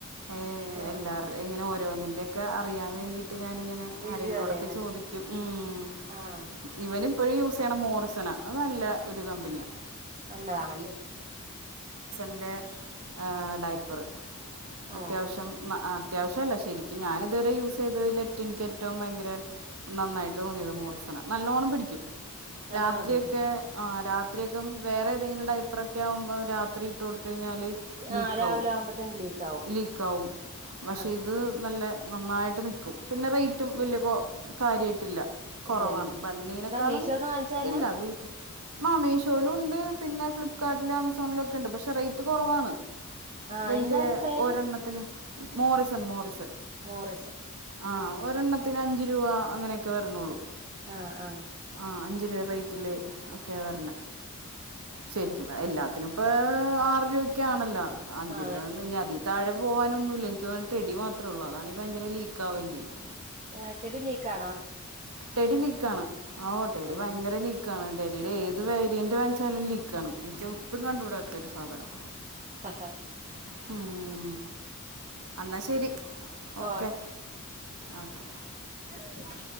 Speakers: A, on the right (about 80°); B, on the right (about 30°).
A: ഏ
B: ആ
A: എല്ലാർ ഇങ്ങനെ ഓരോന്നിന്റെക്കെ അറിയാൻ വേണ്ടിട്ട് ഞാനിങ്ങനെ
B: റിവ്യൂ
A: അരയിലോടൊക്കെ
B: അറിയാനല്ലേ
A: ചോദിക്കും ഉം
B: ആഹ്
A: ഇവനും ഇപ്പോഴും യൂസ് ചെയ്യണ മോറിസൺ അത് നല്ല ഒരു കമ്പനിയാ.
B: നല്ലതാണല്ലേ?
A: ന്റെ ആ ഡൈപ്പറ്
B: ഓ
A: അത്യാവശ്യം. അത്യാവശ്യല്ല ശെരിക്കും ഞാനിതുവരെ യൂസ് ചെയ്തതിലേറ്റ എനിക്ക് ഏറ്റൊം ഭയങ്കര നന്നായിട്ടോന്നിയത് മോറിസന നല്ലോണ്ണം പിടിക്കും.
B: നല്ലോണം
A: രാത്രി
B: പിടിക്കല്ലേ
A: ഒക്കെ ആ രാത്രിയൊക്കെ വേറെ ഏതെങ്കിലും ടൈപ്പറൊക്കെ ആവുമ്പം രാത്രി ടുത്തഴിഞ്ഞാല് ലീക്കാവും
B: ആഹ് രാവിലെ ആവുമ്പോത്തന്നെ ലീക്ക് ആവും
A: ലീക്കാവും പക്ഷേ
B: ആഹ്
A: ഇത് നല്ല നന്നായിട്ട് നിക്കും പിന്നെ റേറ്റും വല്യ കാര്യായിട്ടില്ല കൊറവാണ്
B: ഇല്ലല്ലേ
A: ബണ്ണീനെക്കാളും
B: എന്താ മീഷോന്ന് വാങ്ങിച്ചതന്നാ
A: ഇല്ല വീട്ട ആ മീഷോയിലും ഉണ്ട് പിന്നെ ഫ്ലിപ്കാർട്ടില ആമസോലൊെ ക്കെണ്ട് പക്ഷെ റേറ്റ് കൊറവാണ്
B: ആഹ്
A: വല്യ
B: എന്തായിരുന്നു പേര്
A: ഒരെണ്ണത്തിന്. മോറിസൺ മോറിസൺ
B: മോറിസൺ
A: ആ ഒരെണ്ണത്തിന് അഞ്ചു രൂവ അങ്ങനെക്കെ വരണള്ളൂ
B: ആഹ ആ
A: ആ അഞ്ച് രൂവ റേറ്റില് ഒക്കെ വരണ ശരിക്കും എല്ലാത്തിനും ഇപ്പൊ ആറരുവക്കാണല്ലോ അഞ്ചു
B: അതെ
A: രൂപന്ന് ഇനി അതി താഴെ പോകാൻ ഒന്നുമില്ല ഇനി ടെടി മാത്രേഉള്ളൂ അതാണ്യ ഭയങ്കര ലീക്കാവുകയും ചെയ്യും
B: ആ ടെടിലീക്കിണാ
A: ടെടി ലീക്കാണ് ഓ ടെടി
B: ആണല്ലേ
A: ഭയങ്കര ലീക്കാണ് ടിയുടെ ഏത് വേരിയന്റ് വാങ്ങിച്ചാലും ലീക്കാണ് എനിക്ക് ഒട്ടും കണ്ടുകൂടാത്ത ഒരു സാധനം
B: ആഹ
A: ഹം എന്നാ ശെരി ഓക്കെ
B: ഓ
A: ഓക്കേ
B: അ <unintelligible>